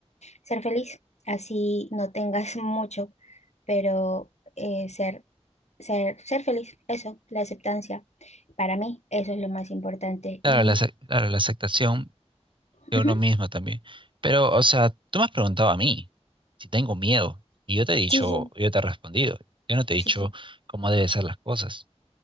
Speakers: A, on the left; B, on the right.
A: ser feliz, así no tengas <laughs> mucho, pero eh, ser, ser, ser feliz, eso, la aceptancia. Para mí eso es lo más importante.
B: Claro,
A: Y
B: la, ace- claro, la aceptación de
A: ujú,
B: uno mismo también. Pero, o sea, tú me has preguntado a mí si tengo miedo y yo te he dicho,
A: sí, sí,
B: yo te he respondido, yo no te he
A: sí,
B: dicho
A: sí,
B: cómo deben ser las cosas.